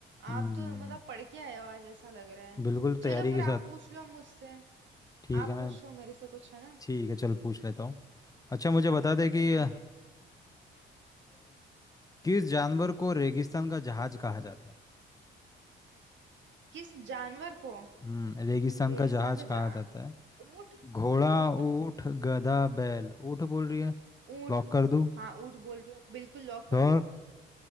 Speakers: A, on the left; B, on the right.
A: हम्म
B: आप तो मतलब पढ़ के आए हो आज ऐसा लग रहा है
A: बिल्कुल
B: चलो
A: तैयारी
B: फिर
A: के
B: आप
A: साथ
B: पूछ लो मुझसे
A: ठीक
B: आप
A: है मैं
B: पूछ लो मेरे से कुछ है ना
A: ठीक है चल पूछ लेता हूँ अच्छा मुझे बता दे कि
B: ठीक
A: अ,
B: है
A: किस जानवर को रेगिस्तान का जहाज कहा जाता है
B: किस जानवर को
A: हम्म रेगिस्तान
B: रेगिस्तान
A: का जहाज
B: का
A: कहा
B: जा
A: जाता है
B: ऊंट
A: घोड़ा
B: ऊंट
A: ऊंट गधा बैल ऊंट बोल रही है
B: ऊंट
A: लॉक कर दूँ
B: हाँ ऊंट बोल रही हो बिल्कुल लॉक
A: श्योर
B: कर दो